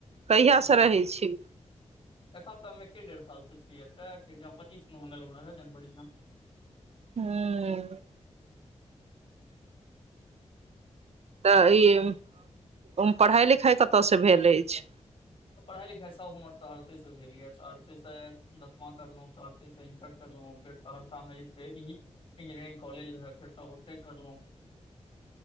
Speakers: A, on the right (about 65°); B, on the left (about 50°).
A: कहियासँ
B: जी
A: रहै छी
B: एखन तऽ हममे एक डेढ़ साल से छियै एतया पच्चीस एलहुँ जनवरी मे
A: हूँ तऽ ई पढ़ाइ लिखाइ कतऽसँ भेल अछि
B: पढ़ाई लिखाई सभ हमर सहरसेसँ भेल यए सहरसेसँ दसमा करलहुँ सहरसेसँ इंटर करलहुँ फेर सहरसा मे जे छै इंजीनियरिंग कॉलेज रहे फेर तऽ ओते करलहुं